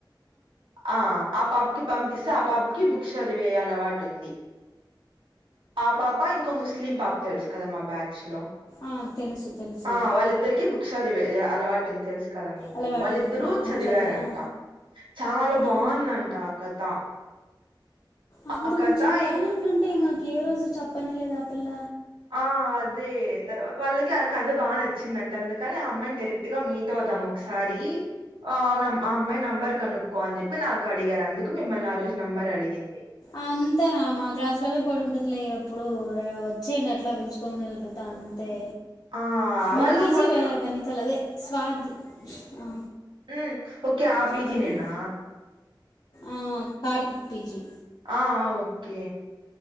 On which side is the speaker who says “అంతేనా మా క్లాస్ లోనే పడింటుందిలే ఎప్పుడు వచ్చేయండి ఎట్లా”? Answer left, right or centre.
Left